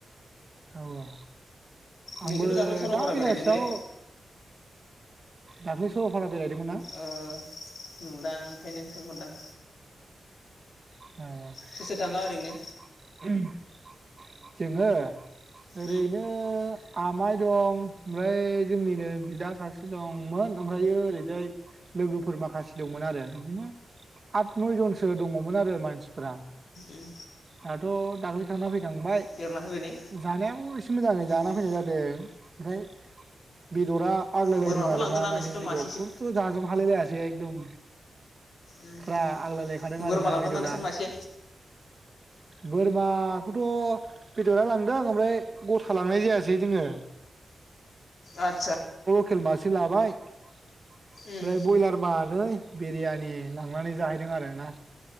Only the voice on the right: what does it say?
औ औ आंबो
दा बेलासियाव
दाख्लै सर'लपारा बेरायदोंमोन ना
औ
<inaudible> जोङो ओरैनो
आमाइ दं ओमफ्राय जोंनिनो बिदा सासे दंमोन ओमफ्रायो ओरैजाय लोगोफोर माखासे दंमोन आरो बिदिनो आत नयजनसो दङमोन आरो मानसिफ्रा
दाथ' दाख्लै थांना फैखांबा
जानायाबो एसे मोजाङै जाना
फैनाय जादों ओमफ्राय बेदरा आग्लायलायदों
आरो
ना
माने बेदरखौथ'
जाजोब हालायलायासै एकदम
फ्रा आग्लायलायखादों
आरो ना
बेदरा
बोरमाखौथ' बेदरा लांदों ओमफ्राय गथा लांनाय जायासै जोङो
खेल मासे लाबाय ओमफ्राय
ब्रयलार मानै बिरियानि लांनानै जाहैदों आरो ना